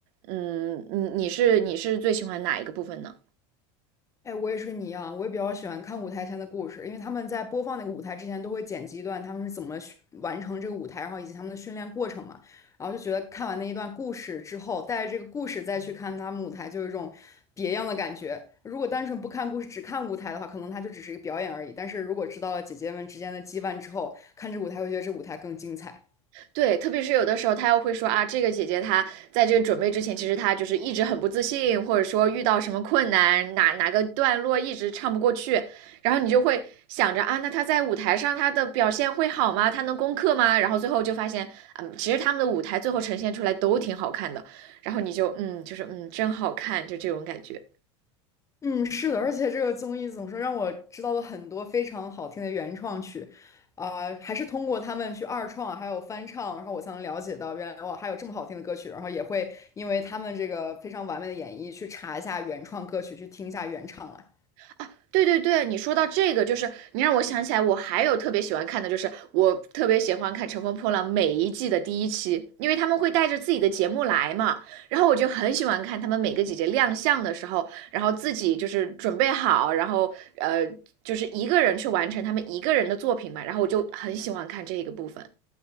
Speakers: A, on the right (about 65°); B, on the left (about 20°).
A: 嗯，你你是你是最喜欢哪一个部分呢？
B: 哎，我也是跟你一样，我也比较喜欢看舞台前的故事，因为他们在播放那个舞台之前都会剪辑一段他们是怎么训完成这个舞台，然后以及他们的训练过程嘛，然后就觉得看完那一段故事之后，带着这个故事再去看他们舞台，就有一种别样的感觉。如果单纯不看故事，只看舞台的话，可能它就只是一个表演而已。但是如果知道了姐姐们之间的羁绊之后，看这舞台会觉得这舞台更精彩。
A: 对，特别是有的时候他又会说啊，这个姐姐她在这个准备之前，其实她就是一直很不自信，或者说遇到什么困难，哪哪个段落一直唱不过去，然后你就会想着啊，那她在舞台上她的表现会好吗？她能攻克吗？然后最后就发现，嗯，其实他们的舞台最后呈现出来都挺好看的，然后你就嗯，就是嗯，真好看，就这种感觉。
B: 嗯，是的，而且这个综艺怎么说，让我知道了很多非常好听的原创曲，啊、还是通过他们去二创，还有翻唱，然后我才能了解到原来哇，还有这么好听的歌曲，然后也会因为他们这个非常完美的演绎去查一下原创歌曲，去听一下原唱啊。
A: 啊，对对对，你说到这个，就是你让我想起来，我还有特别喜欢看的，就是我特别喜欢看《乘风破浪》每一季的第一期，因为他们会带着自己的节目来嘛，然后我就很喜欢看他们每个姐姐亮相的时候，然后自己就是准备好，然后呃，就是一个人去完成他们一个人的作品嘛，然后我就很喜欢看这个部分。